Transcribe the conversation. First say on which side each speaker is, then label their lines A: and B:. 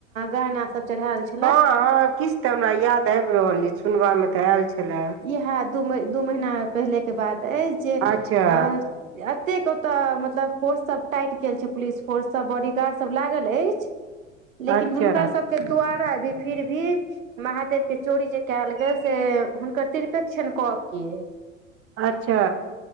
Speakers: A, on the right (about 80°); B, on the right (about 35°).
A: गहना सब चढ़ायल छै
B: हँ हँ किछु तऽ हमरा याद आबि रहल अइ सुनबामे तऽ आयल छलए
A: इएह दू म दू महीना पहिलेके बात अछि जे
B: अच्छा
A: अ एतेक ओते मतलब फोर्स सब टाइट कल छै पुलिस फोर्स सब बॉडीगार्ड सब लागल अछि लेकिन
B: अच्छा
A: हुनका सब के द्वारा भी फिर भी महादेव के चोरी जे कयल गेल से हुनकर तिरपेक्षण कऽ के
B: अच्छा